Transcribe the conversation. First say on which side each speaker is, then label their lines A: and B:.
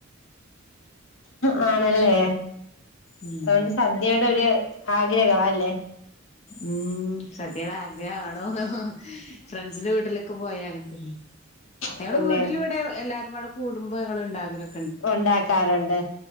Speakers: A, on the left (about 70°); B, on the left (about 30°).
A: ആ. ല്ലേ
B: ഉം
A: അതൊണ്ട് സദ്യയോടെ ഒരു ആഗ്രഹ. മാല്ലേ
B: ഉം സദ്യയുടെ ആഗ്രഹ ആണോന്നോ ഫ്രണ്ട്സിന്റെ വീട്ടിലൊക്കെ പോയ അങ്ങനെത്തന്നെ ഞങ്ങൾ
A: അതല്ലേ
B: വീട്ടിലിവിടെ എല്ലാരുംബാടാ കൂടുമ്പോ ഞങ്ങൾഇണ്ടാകണത്.
A: ഉണ്ടാക്കാറുണ്ട്